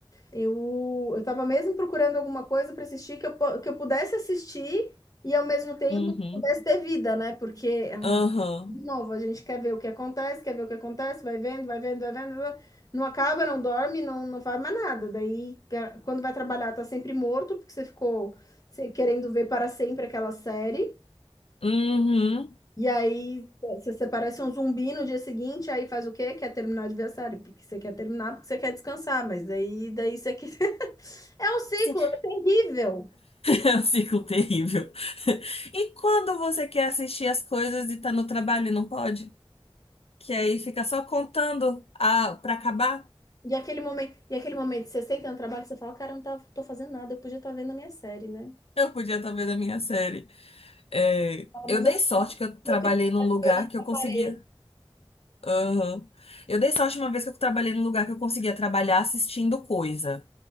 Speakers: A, on the left; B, on the left.
A: Eu, eu tava mesmo procurando alguma coisa para assistir que eu, po- que eu pudesse assistir e ao mesmo tempo
B: Uhum.
A: que pudesse ter vida, né? Porque, ah,
B: Aham.
A: de novo, a gente quer ver o que acontece, quer ver o que acontece, vai vendo, vai vendo, vai vendo, vai vendo, não acaba, não dorme, não, não faz mais nada. Daí, ca- quando vai trabalhar, tá sempre morto, porque você ficou se- querendo ver para sempre aquela série.
B: Uhum.
A: E aí você você parece um zumbi no dia seguinte, aí faz o quê? Quer terminar de ver a série, porque você quer terminar, porque você quer descansar, mas daí, daí você quer... <laughs> É um ciclo,
B: Sim. <laughs>
A: é terrível.
B: É um ciclo terrível. <laughs> E quando você quer assistir as coisas e tá no trabalho e não pode? Que aí fica só contando a, pra acabar.
A: E aquele momento, e aquele momento, que você senta no trabalho, você fala, cara, eu não tava, tô fazendo nada, eu podia estar vendo a minha série, né?
B: Eu podia estar vendo a minha série. É,
A: Fala, mas
B: eu dei
A: eu não
B: sorte
A: posso,
B: que eu trabalhei
A: eu tenho que ficar
B: num lugar
A: aqui olhando
B: que
A: pra
B: eu conseguia.
A: parede.
B: Aham. Eu dei sorte uma vez que eu trabalhei num lugar que eu conseguia trabalhar assistindo coisa.